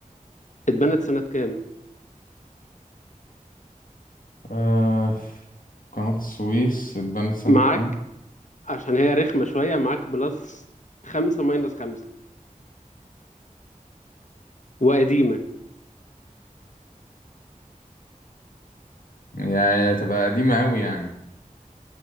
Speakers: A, on the left (about 60°); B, on the left (about 80°).
A: اتبنت سنة كام
B: آه قناة السويس اتبنت سنة
A: معاك
B: كام؟
A: عشان هي رخمة شوية معاك بلس خمسة ماينس خمسة وقديمة
B: يعني تبقى قديمة أوي يعني